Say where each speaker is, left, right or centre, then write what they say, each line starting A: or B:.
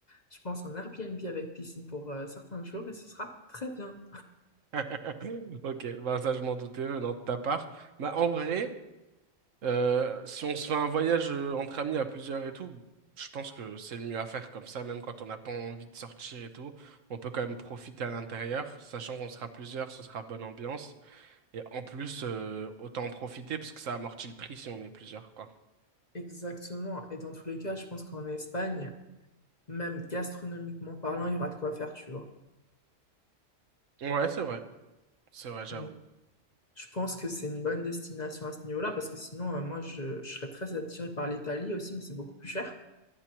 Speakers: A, on the left; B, on the right.
A: Je pense un Airbnb avec piscine pour euh, certains jours et ce sera très bien.
B: <laughs> Ok, bah ça je m'en doutais venant de ta part. Bah en vrai, Euh, si on se fait un voyage euh, entre amis à plusieurs et tout, je pense que c'est le mieux à faire comme ça, même quand on n'a pas envie de sortir et tout. On peut quand même profiter à l'intérieur, sachant qu'on sera plusieurs, ce sera bonne ambiance. Et en plus, euh, autant en profiter parce que ça amortit le prix si on est plusieurs, quoi.
A: Exactement. Et dans tous les cas, je pense qu'en Espagne, même gastronomiquement parlant, il y aura de quoi faire, tu vois.
B: Ouais, c'est vrai, c'est vrai, j'avoue.
A: Donc, je pense que c'est une bonne destination à ce niveau-là parce que sinon, euh, moi, je, je serais très attirée par l'Italie aussi, mais c'est beaucoup plus cher.